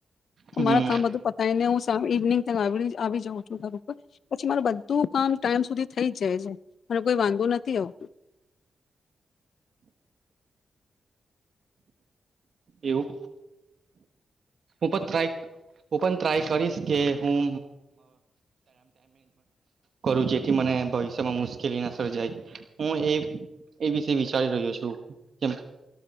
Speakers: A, on the right; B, on the left.
A: હમ
B: મારા કામ બધું પતાયને હું ઇવનિંગ ત આવી જાઉં છું ઘર ઉપર પછી મારું બધું કામ ટાઈમ સુધી થઈ જાય છે મરો કોઈ વાંધો નથી આવતોું
A: એવું હું પણ ટ્રાય હું પણ ટ્રાય કરીશ કે હું કરું જેથી મને ભવિષ્યમાં મુશ્કેલી ના સર્જાય હું એ એ વિશે વિચારી રહ્યો છું કેમ